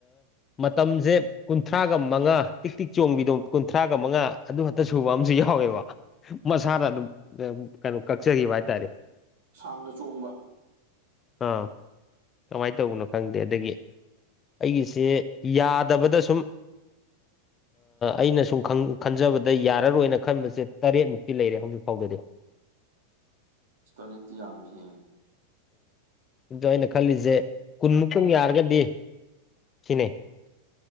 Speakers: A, on the left; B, on the right.
A: ꯃꯇꯝꯁꯦ ꯀꯨꯟꯊ꯭ꯔꯥꯒ ꯃꯉꯥ ꯇꯤꯛ ꯇꯤꯛ ꯆꯣꯡꯕꯤꯗꯣ ꯀꯨꯟꯊ꯭ꯔꯥꯒ ꯃꯉꯥ ꯑꯗꯨ ꯈꯛꯇ ꯁꯨꯕ ꯑꯃꯁꯨ ꯌꯥꯎꯋꯦꯕ ꯃꯁꯥꯅ ꯑꯗꯨꯝ ꯀꯩꯅꯣ ꯀꯛꯆꯈꯤꯕ ꯍꯥꯏꯇꯥꯔꯦ
B: ꯁꯥꯡꯅ ꯆꯣꯡꯕ
A: ꯑꯥ ꯀꯃꯥꯏꯅ ꯇꯧꯕꯅꯣ ꯈꯪꯗꯦ ꯑꯗꯒꯤ ꯑꯩꯒꯤꯁꯦ ꯌꯥꯗꯕꯗ ꯁꯨꯝ
B: <inaudible>
A: ꯑꯩꯅ ꯁꯨꯝ ꯈꯟꯖꯕꯗ ꯌꯥꯔꯔꯣꯏꯅ ꯈꯟꯕꯁꯦ ꯇꯔꯦꯠꯃꯨꯛꯇꯤ ꯂꯩꯔꯦ ꯍꯧꯖꯤꯛ ꯐꯥꯎꯗꯗꯤ
B: ꯇꯔꯦꯠꯇꯤ ꯌꯥꯝꯃꯤꯍꯦ
A: ꯎꯝ ꯑꯗꯣ ꯑꯩꯅ ꯈꯜꯂꯤꯁꯦ ꯀꯨꯟꯃꯨꯛꯛꯇꯪ ꯌꯥꯔꯒꯗꯤ ꯁꯤꯅꯦ